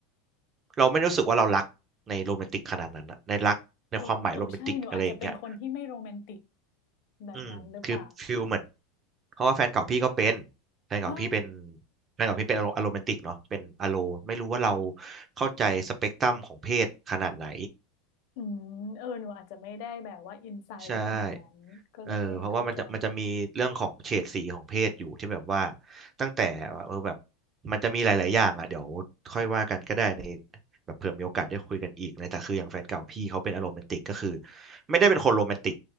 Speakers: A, on the right (about 20°); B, on the left (about 50°).
A: เราไม่ได้รู้สึกว่าเรารักในโรแมนติกขนาดนั้นอะในรักในความหมายโรแมนติกอะไรอย่างเงี้ย
B: เออเออใช่หนูอาจจะเป็นคนที่ไม่โรแมนติกแบบนั้นหรือเปล่า
A: อืมคือฟิลเหมือนเพราะว่าแฟนเก่าพี่ก็เป็นแฟนเก่าพี่เป็น
B: อ๋อ
A: แฟนเก่าพี่เป็นอโรอโรแมนติกเนาะเป็นอโลไม่รู้ว่าเราเข้าใจสเปกตรัมของเพศขนาดไหน
B: อืมเออหนูอาจจะไม่ได้แบบว่าอินไซต์ขนาดนั้นก็เลยไม่เข้าใจ
A: ใช่เออเพราะว่ามันจะมันจะมีเรื่องของเฉดสีของเพศอยู่ที่แบบว่าตั้งแต่ว่าเออแบบมันจะมีหลายๆอย่างอ่ะเดี๋ยวค่อยว่ากันก็ได้ในแบบเผื่อมีโอกาสได้คุยกันอีกนะแต่คืออย่างแฟนเก่าพี่เขาเป็นอารมณ์แมนติกก็คือไม่ได้เป็นคนโรแมนติก